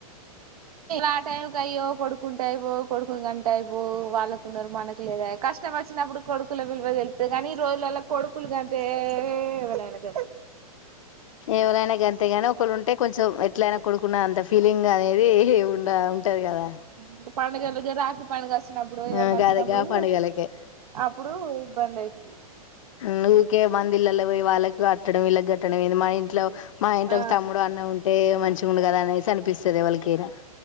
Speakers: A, on the right (about 70°); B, on the left (about 55°).
A: ఆ టైంకి అయ్యో కొడుకుంటే అయిపోవు కొడుకుని కంటయిపో వాళ్ళ కొందరు మనకు లేరుఅయే కష్టం వచ్చినప్పుడు కొడుకుల విలువ తెళ్తే కానీ ఈ రోజులలో కొడుకులు కంటే ఎవలైనా తే
B: ఎవలైనా గంతే నీ ఒకళ్ళు ఉంటే కొంచెం ఎట్లయినా కొడుకున్న అంత ఫీలింగ్ అనేది ఉండా ఉంటది కదా
A: ప్పు పండగ రాత్ర పగాస్త వచ్చినప్పుడు ఏదన్నా
B: ఆ
A: నచ్చినప్పుడు
B: గదే గా పండుగలకే
A: అప్పుడు ఇబ్బంది అవుతుంది
B: నువఊకే బంది ఇల్ల పోయి వాళ్ళకు కట్టడం ఇల్లా కట్టడం మా ఇంట్లో మా ఇంట్లో
A: ఆ
B: ఒక తమ్ముడు అన్న ఉంటే మంచి ఉండడు కదా అనేసి అనిపిస్తుంది వాళ్ళకైనా